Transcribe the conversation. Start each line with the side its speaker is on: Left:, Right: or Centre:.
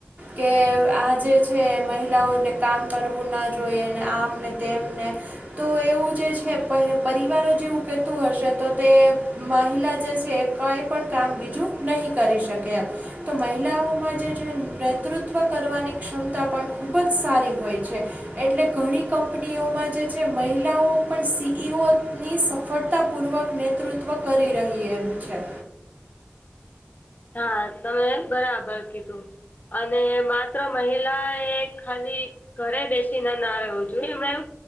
Right: કે આ જે છે મહિલાઓને કામ કરવું ના જોઈ અને આમને તેમને તો એવું જે છે પરિવાર જેવું કેતું હશે તો તે મહિલા જે છે કાંઈ પણ કામ બીજું નહીં કરી શકે એમ તો મહિલાઓમાં જે છે નેતૃત્વ કરવાની ક્ષમતા પણ ખૂબ જ સારી હોય છે. એટલે ઘણી કંપનીઓમાં જે છે મહિલાઓ પણ સી ઈ ઓની સફળતા પૂર્વક નેતૃત્વ કરી રહી એમ છે.
Left: ના તમે બરાબર કીધું અને માત્ર મહિલા એ ખાલી ઘરે બેસી ના ના રહ્યો જોઈએ એમણાં એમ